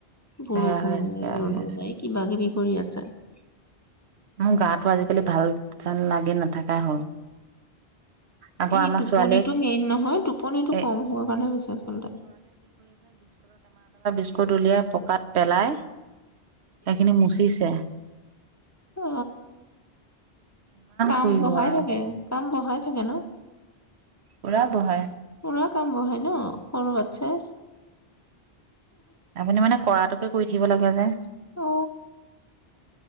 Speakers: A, on the left; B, on the right.
A: বৰষুণ
B: বেয়া হৈ
A: নাই
B: আছে বেয়া
A: ৰ'দো
B: হৈ আছে
A: নাই কিবা-কিবি কৰি আছে াৰ <unintelligible>
B: মোৰ গাটো আজিকালি ভাল চান লাগি নাথাকাই হ'ল আকৌ
A: এই
B: আমাৰ
A: টোপনিিতটো
B: ছোৱালীয়ে
A: মেইন নহয় টোপনিটো
B: এ
A: কম হব কাৰণে হৈছে আচলতে।
B: জক দুলিয়াই পকাত পেলাই'। এখনে মুছেিছে।
A: অ, কাম
B: কৰিব
A: বহাই
B: আৰু
A: থাকে। কাম বহাই থাকে ন?
B: পুৰা বহাই'।
A: সুৰা কাম বহাই ন সৰু আছে'।
B: আপুনি মানে <unintelligible> কৰাটোকে কৰি থাকিব লাগে যে'।
A: অ,।